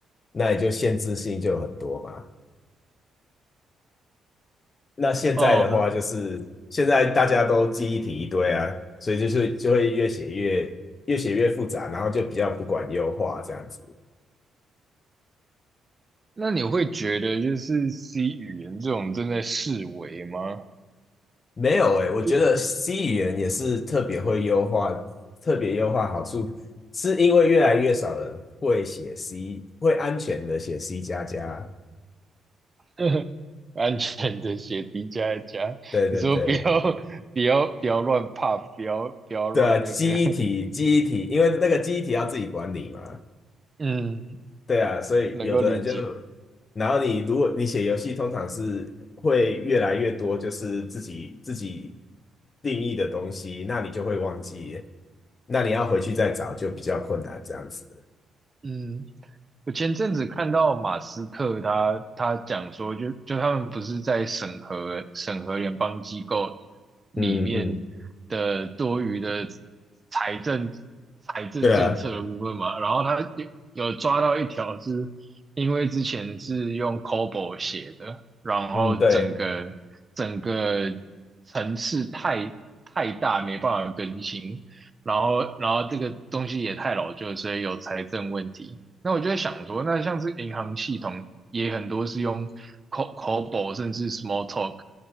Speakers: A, on the left; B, on the right.
A: 那也就限制性就很多嘛。那现在的话，
B: 哦，
A: 就是现在大家都记忆体一堆啊，所以就是就会越写越越写越复杂，然后就比较不管优化这样子。
B: 那你会觉得就是 C 语言这种正在式微吗？
A: 没有诶，我觉得
B: 就
A: C 语言也是特别会优化，特别优化好处是因为越来越少人会写 C，会安全的写 C 加加。
B: <laughs> 安全的写 D 加一加，
A: 对对对
B: 你说不要 <laughs> 不要不要乱 p 不要不要乱那个，
A: 对啊，记忆体记忆体，因为那个记忆体要自己管理嘛。
B: <laughs> 嗯，
A: 对啊，所以有的人就，
B: 能够理解，
A: 然后你如果你写游戏，通常是会越来越多，就是自己自己定义的东西，那你就会忘记，那你要回去再找就比较困难，这样子。
B: 嗯。我前阵子看到马斯克他他讲说就，就他们不是在审核审核联邦机构里面的多余的
A: 嗯嗯，
B: 财政财政政策的部分嘛，
A: 对啊，
B: 然后他有有抓到一条是，因为之前是用 COBOL 写的，然后整个
A: 嗯对，
B: 整个层次太太大，没办法更新，然后然后这个东西也太老旧，所以有财政问题。那我就在想说，那像是银行系统也很多是用 c o b 口 l 甚至 small talk